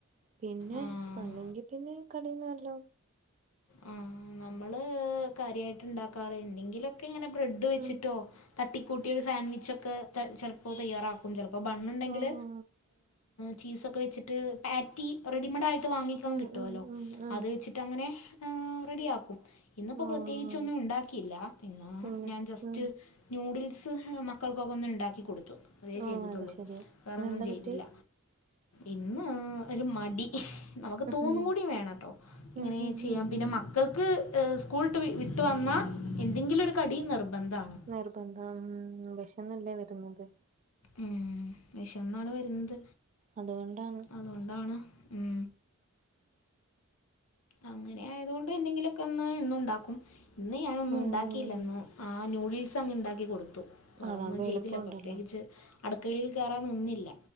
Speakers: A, on the right; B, on the left.
A: പിന്നെ
B: ആ
A: അല്ലെങ്കി പിന്നെ കടന്നല്ലോ
B: ഉം നമ്മള് കാര്യായിട്ട് ഇണ്ടാക്കാറ് എന്തെങ്കിലൊക്കെ ഇങ്ങനെ ബ്രെഡ് വെച്ചിട്ടോ
A: ഉം
B: തട്ടിക്കൂട്ടിയൊരു സാൻഡ്വിച്ചൊക്കെ ചിലപ്പോൾ തയ്യാറാക്കും ചെലപ്പോ ബണ്ണ്ണ്ടെങ്കിൽ
A: ഓഹ്
B: ചീസൊക്കെ വെച്ചിട്ട് പാറ്റി റെഡിമെഡാ - വാങ്ങിക്കാൻ
A: ഉം
B: കിട്ടുവല്ലോ
A: ഉം ഉം ഉം
B: അത് വെച്ചിട്ടങ്ങനെ റെഡി ആക്കും ഇന്നിപ്പൊ
A: ഓഹ്
B: പ്രത്യേകിച്ചൊന്നും ഉണ്ടാക്കിയില്ല ഇന്ന്
A: പിന്നെ
B: ഞാൻ ജസ്റ്റ്
A: ഉം
B: ന്യൂഡിൽസ് മക്കൾക്കൊക്കൊന്ന് ഉണ്ടാക്കി കൊടുത്തു അതേ
A: ഓഹ്
B: ചെയ്തിട്ടുള്ളൂ
A: അത് ശരി
B: വേറൊന്നും
A: ഇന്നെന്താ
B: ചെയ്തില്ല
A: പറ്റി
B: ഇന്ന് ഒരു മടി നമുക്ക്
A: ഉം
B: തോന്നും കൂടി വേണട്ടോ ഇങ്ങനെ
A: ഉം ഉം
B: ചെയ്യാം
A: ഉം
B: പിന്നെ
A: ഉം
B: മക്കൾക്ക് സ്കൂൾട്ട് വിട്ട് വന്നാൽ എന്തെങ്കിലും ഒരു കടി നിർബന്ധമാണ്
A: നിർബന്ധം ഉം വെഷന്നല്ലേ വരുന്നത്
B: ഉം വിഷന്നാണ് വരുന്നത്
A: അതുകൊണ്ടാണ്
B: അതുകൊണ്ടാണ് ഉം അങ്ങനെ ആയതുകൊണ്ട് എന്തെങ്കിലൊക്കൊന്ന് എന്നുണ്ടാക്കും ഇന്ന് ഞാനൊന്നും
A: ഉം
B: ഉണ്ടാക്കിയില്ലന്ന് ആഹ്, നൂഡിൽസങ്ങ് ണ്ടാക്കി കൊടുത്തു വേറൊന്നും
A: അതാകുമ്പോ
B: ചെയ്തില്ല
A: എളുപ്പമുണ്ടല്ലോ
B: പ്രത്യേകിച്ച് അട്ക്കളയിൽ കേറാൻ നിന്നില്ല